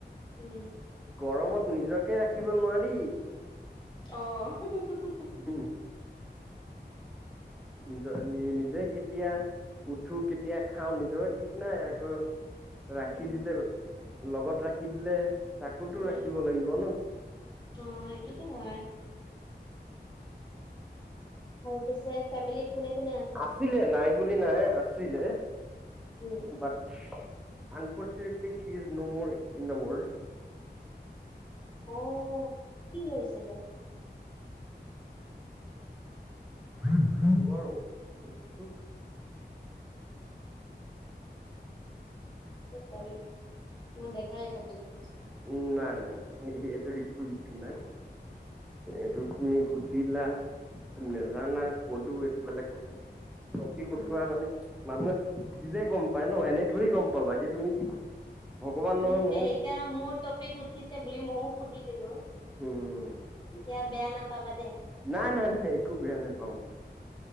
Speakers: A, on the left; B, in the centre.
A: উম।
B: গৰমত নিজকে ৰাখিব নোৱাৰি।
A: অ'।
B: উম! নিজৰ নি নিজে কেতিয়া উঠো কেতিয়া খাওঁ নিজৰে ঠিক নাই আকৌ ৰাখি
A: উম
B: দিলে, লগত ৰাখি দিলে। তাকোতো
A: উম
B: ৰাখিব লাগিব ন।
A: অ সেইটোতো হয় আৰু পিছে ফেমিলিত কোনে কোনে আ
B: আছিলে নাই বুলি নাই আছিলে,
A: um
B: but unfortunately she is no more in the world.
A: অ' কি হৈছিলে।
B: <unintelligible> অসুখটো।
A: চ' চৰি মই বেকাৰ এই <unintelligible>
B: উম, নাই নাই নাই এ এইটো একো ইছু নাই। এইটো তুমি সুধিলা, নেজানা ক'লো এইটো বেলেগ কথা। ট'পিক
A: উম
B: উঠোৱা মানে মানুহে সুধিলে গ'ম পায় ন' এনে থৰি গ'ম পাবা এতিয়া তুমি কি, ভগৱান নহয়
A: সেইটোয়ে
B: নহ।
A: এতিয়া মোৰ ট'পিক উঠিছে বুলি মইয়ো সুধি দিলো।
B: উম,
A: এতিয়া বেয়া নাপাবা দে।
B: নাই নাই নাই একো বেয়া নেপাওঁ।